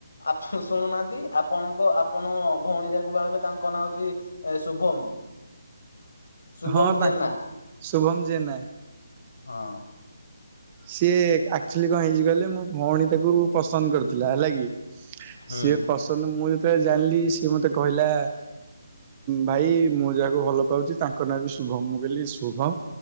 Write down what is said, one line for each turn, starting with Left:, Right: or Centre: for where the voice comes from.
Left: ଆପଣ ଶୁଣୁନାହାନ୍ତି ଆପଣଙ୍କ ଆପଣ ଭଉଣୀ ଯାକୁ ବାହାହେବେ ତାଙ୍କ ନାଁ ହଉଛି ଏ ଶୁଭମ ଶୁଭମ
Right: ହଁ ତାଙ୍କୁ
Left: ଜେନା।
Right: ଶୁଭମ ଜେନା
Left: ହଁ।
Right: ସିଏ ଆକ୍ଚୁଆଲି କଣ ହେଇଛି କହିଲେ ମୋ ଭଉଣୀ ତାକୁ ପସନ୍ଦ କରିଥିଲା ହେଲା କି।
Left: ହୁଁ।
Right: ସିଏ ପସନ୍ଦ ମୁଁ ଯେତେବେଳେ ଜାଣିଲି ସିଏ ମତେ କହିଲା। ଭାଇ ମୁଁ ଯାହାକୁ ଭଲ ପାଉଛି ତାଙ୍କ ନାଁ ବି ଶୁଭମ ମୁଁ କହିଲି ଶୁଭମ।